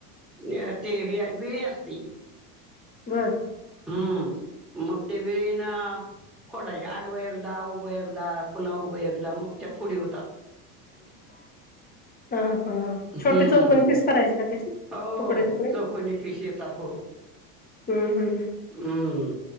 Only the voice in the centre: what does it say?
जे ते हे आय विळी असती.
हम्म मग त्या विळी ना. फोडायची. आडव एकदा. उभं एकदा. पुन्हा उभं एकदा. मग त्या ‌ फोडी होतात.
हम्म
हो
चौकोनी फिश येतात हो
हम्म.